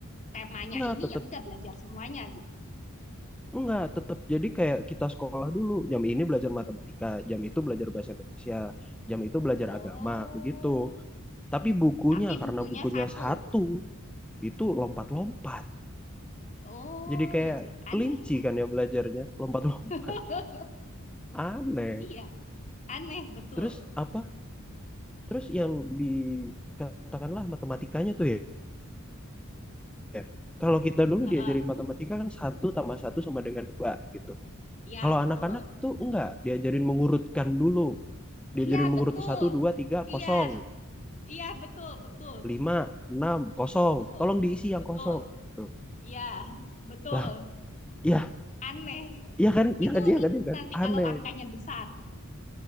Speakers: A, on the left; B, in the centre.
A: Temanya
B: Enggak,
A: ini
B: tetap
A: ya udah belajar semuanya gitu.
B: enggak, tetap. Jadi kayak kita sekolah dulu. Jam ini belajar matematika, jam itu belajar bahasa Indonesia, jam itu belajar
A: Oh,
B: agama, begitu. Tapi bukunya
A: tapi
B: karena
A: bukunya
B: bukunya
A: satu.
B: satu, itu lompat-lompat.
A: Oh,
B: Jadi kayak
A: ya Allah, aneh
B: kelinci
A: ya.
B: kan ya belajarnya, lompat-lompat.
A: <laughs>
B: Aneh.
A: Iya, aneh betul.
B: Terus apa Terus yang dikatakanlah matematikanya tuh ya, ya, kalau kita dulu
A: Heeh.
B: diajarin matematika kan satu tambah satu sama dengan dua gitu.
A: Iya,
B: Kalau
A: betul.
B: anak-anak tuh enggak, diajarin mengurutkan dulu, diajarin
A: Iya,
B: mengurut
A: betul.
B: satu, dua, tiga,
A: Iya.
B: kosong,
A: Iya, betul, betul,
B: lima, enam, kosong.
A: betul,
B: Tolong diisi yang
A: betul.
B: kosong. Tuh.
A: Iya, betul.
B: Lah, Ya,
A: Aneh.
B: iya kan, iya
A: Itu
B: kan, iya
A: ribut
B: kan, iya kan,
A: nanti
B: aneh.
A: kalau angkanya besar.